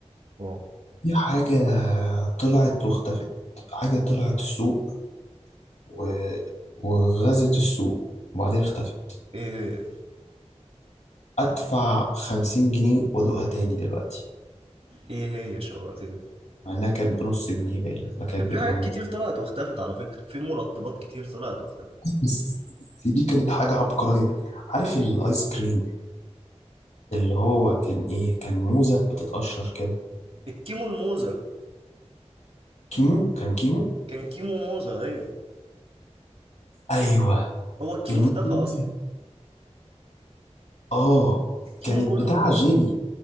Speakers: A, on the right; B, on the left.
A: واو
B: في حاجه طلعت واختفت حاجه طلعت السوق و... وغزت السوق وبعدين اختفت
A: ايه هي
B: ادفع خمسين جنيه وادوقها تاني دلوقتي
A: ايه هي شوقتني
B: مع انها كانت بنص جنيه باين ولا كانت
A: كان في
B: بجنون
A: حاجات كتير طلعت واختفت على فكرة في مرطبات كتير طلعت واختفت
B: بس دي كانت حاجه عبقريه عارف الايس كريم اللي هو كان ايه كان موزه بتتقشر كده
A: الكيمو الموزة
B: كيمو كان كيمو
A: كان كيمو موزة ايوه
B: ايوه
A: هو الكيمو
B: يعني ممكن
A: اختفى اصلا
B: اه
A: الكيمو
B: كانت
A: كله
B: بتاع
A: اختفى
B: جيلي